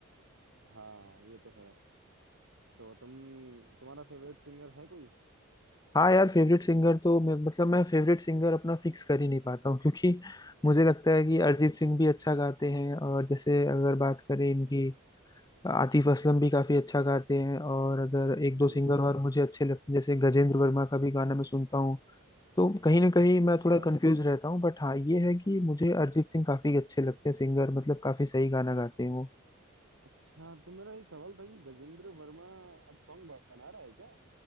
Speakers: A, on the right; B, on the left.
A: हाँ ये तो है तो तुम तुम्हारा फेवरेट सिंगर है कोई
B: हाँ यार फेवरेट सिंगर तो मैं मतलब मैं फेवरेट सिंगर अपना फिक्स कर ही नहीं पाता हूँ क्योंकि मुझे लगता है
A: अच्छा
B: कि अरिजीत सिंह भी अच्छा गाते हैं और जैसे अगर बात करें
A: हाँ
B: इनकी आतिफ असलम भी काफी अच्छा गाते हैं और अगर एक दो
A: बिल्कुल
B: सिंगर और मुझे अच्छे लगते हैं जैसे गजेंद्र वर्मा का भी गाना मैं सुनता हूँ तो कहीं ना कहीं मैं
A: अच्छा
B: थोड़ा कंफ्यूज रहता हूँ बट हाँ ये है कि मुझे अरिजीत सिंह काफी अच्छे लगते हैं सिंगर मतलब काफी सही गाना गाते हैं वो
A: अच्छा तो मेरा एक सवाल था कि गजेंद्र वर्मा अब सॉन्ग बना रहा है क्या